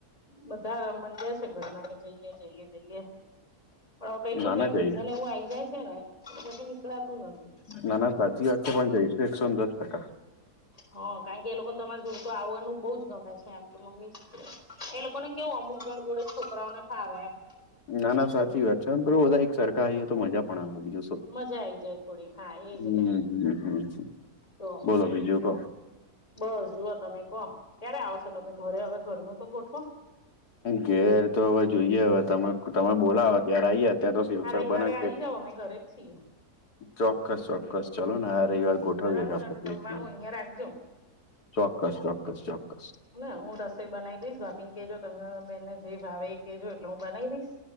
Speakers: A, on the left; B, on the left.
A: બધા મનડ્યા છે ઘરના કે જઈએ જઈએ જઈએ. પણ હવે કઈક નું
B: ના
A: કઈક
B: ના જઈશ
A: રીઝન એવું આઈ જાય છે ને એ પછી નીકળતું નથી.
B: ના ના સાચી વાત છે પણ જઈશું એકસો ને દસ ટકા.
A: હ કારણ કે એ લોકોને તમારા જોડ તો આવવાનું બહુજ ગમે છે એમ. મસ્ત એ લોકો ને કેવું અમુક ગણ જોડે છોકરાઓને ખાવે એમ.
B: ના ના સાચી વાત છે બુ બધા એક સરખા આવીઈએ તો મજા પણ આવેો બીજું શ.
A: મજા આઈ જાય થોડીક હા એજ
B: હ
A: ને
B: હ,
A: તો
B: બોલો બીજયો ક.
A: બસ જુઓ તમે કહો ક્યારે આવ છો તમે ઘરે? હવે ઘર ન તો ગોઠવો.
B: ઘેર તો હવે જોઈએ હવે તમે તમે બોલા ત્યારે આઈય અત્યારે તો શિવક્ષર
A: આ રવિવારે
B: બને
A: આવી
B: છે,
A: જાવ અમે ઘરે જ છીએ
B: ચોક્કસ ચોક્કસ. ચાલલો ને આ રવિવાર ગોઠવીએ
A: બરાબર
B: આપડે
A: અને જમવાનું
B: પ્ને.
A: અહિયાં રાખજો
B: ચોક્કસ ચોક્કસ ચોક્કસ.
A: ના હું રસોઈ બનાવી દઈશ ભાપી ને કેહેજો તમે બેનને જે ભાવ એ કેહેજો એટલે હું બનાવી દઈશ.